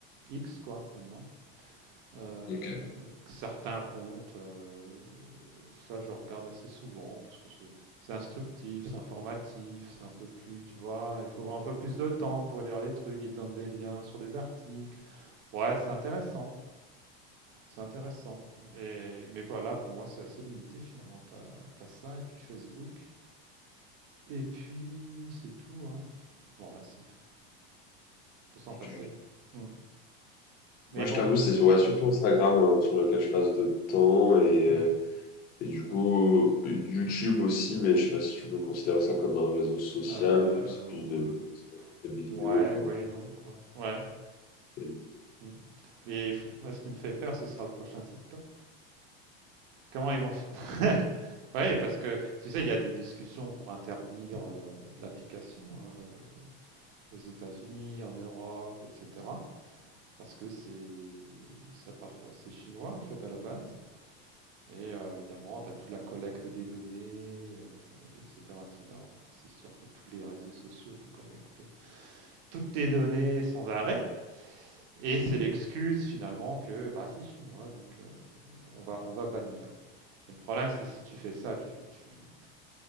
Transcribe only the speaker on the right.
X quoi maintenant. Heu,
certains comptes, heu, ça je regarde assez souvent parce que c'est c'est instructif, c'est informatif, c'est un peu plus tu vois? Il faut avoir un peu plus de temps pour lire les trucs, ils te donnent des liens sur des articles. Ouais, c'est intéressant, c'est intéressant et mais voilà, pour moi c'est assez limité finalement. Tu as ça et puis Facebook. Et puis c'est tout, hein. Ouais, c'est tout. On peut s'en
passer. Mmh. Mais
bon,
il-
ouais.
Euh,
ou-
euh,
ouais,
ouais, non, quoi. Ouais.
mmh. Mais il moi, ce qui me fait peur, ce sera le prochain TikTok. Comment ils vont f- <laughs> Ouais, parce que tu sais, il y a des discussions pour interdire euh, l'application euh, aux États-Unis, en Europe, etc. Parce que c'est ça part, c'est chinois en fait à la base. Et euh, évidemment, tu as toute la collecte des données, euh, etc. etc. Bon, c'est sûr que tous les réseaux sociaux te collectent toutes tes données sans arrêt. Et c'est l'excuse finalement que bah, c'est chinois, donc euh, on, va, on va bannir. Mais le problème, c'est si tu fais ça, tu, tu,